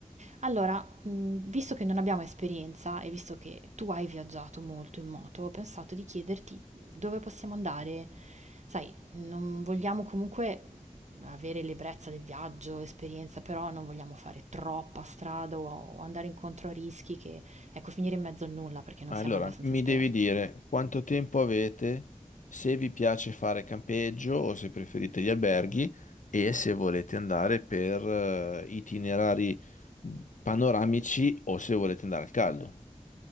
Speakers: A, on the right (about 65°); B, on the left (about 85°).
A: Allora, mh, visto che non abbiamo esperienza e visto che tu hai viaggiato molto in moto, ho pensato di chiederti dove possiamo andare. Sai, non vogliamo comunque avere l'ebbrezza del viaggio, esperienza, però non vogliamo fare troppa strada o, o andare incontro a rischi che, ecco, finire in mezzo al nulla perché non
B: Allora,
A: siamo abbastanza
B: mi
A: esperti.
B: devi dire quanto tempo avete, se vi piace fare campeggio o se preferite gli alberghi e se volete andare per eh, itinerari panoramici o se volete andare al caldo.